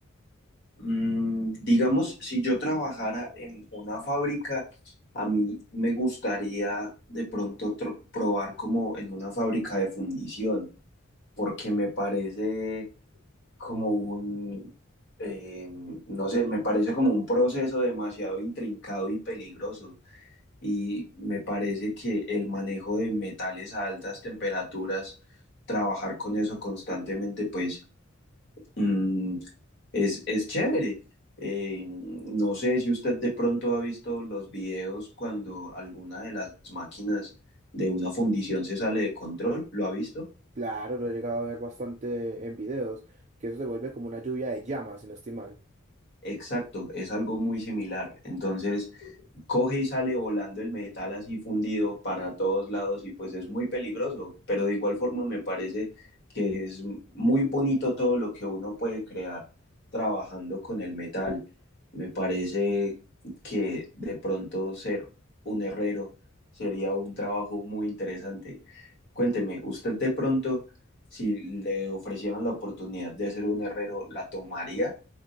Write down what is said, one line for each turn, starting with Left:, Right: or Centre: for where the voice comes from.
Left: Mm, digamos, si yo trabajara en una fábrica, a mí me gustaría de pronto tro- probar como en una fábrica de fundición porque me parece como un, eh, no sé, me parece como un proceso demasiado intrincado y peligroso. Y me parece que el manejo de metales a altas temperaturas, trabajar con eso constantemente, pues mm, es, es chévere. Eh, no sé si usted de pronto ha visto los videos cuando alguna de las máquinas de una fundición se sale de control, ¿lo ha visto?
Right: Claro, lo he llegado a ver bastante en videos, que eso se vuelve como una lluvia de llamas, si no estoy mal.
Left: Exacto, es algo muy similar. Entonces, coge y sale volando el metal así fundido para todos lados y pues es muy peligroso, pero de igual forma me parece que es muy bonito todo lo que uno puede crear trabajando con el metal. Me parece que de pronto ser un herrero sería un trabajo muy interesante. Cuénteme, usted de pronto, si le ofrecieran la oportunidad de ser un herrero, ¿la tomaría?